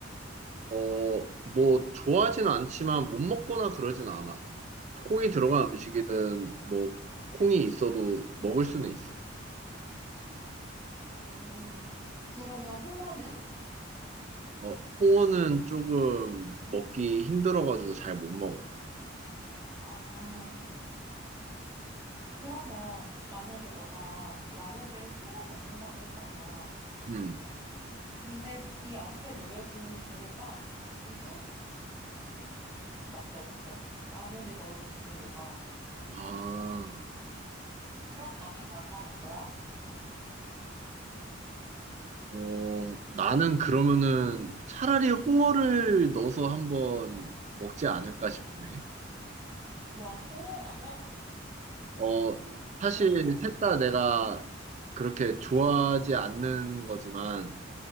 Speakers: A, on the right; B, on the right.
A: 어, 뭐, 좋아하진 않지만 못 먹거나 그러진 않아. 콩이 들어간
B: 오,
A: 음식이든 뭐, 콩이 있어도 먹을 수는 있어.
B: 음, 그러면 홍어는?
A: 어, 홍어는 조금 먹기 힘들어가지고 잘 못 먹어.
B: 아, 그러면 만약에 너가 라면을 평생 먹는다고 했잖아.
A: 음.
B: 근데 네 앞에 놓여진 재료가 고수, 콩, 홍어밖에 없어. 라면에 넣을 부재료가.
A: 아,
B: 그럼 너는 뭘 먹을 거야?
A: 어, 나는 그러면은 차라리 홍어를 넣어서 한번 먹지 않을까 싶으네.
B: 와, 홍어라면?
A: 어, 사실
B: 대박이다.
A: 셋 다 내가 그렇게 좋아하지 않는 거지만,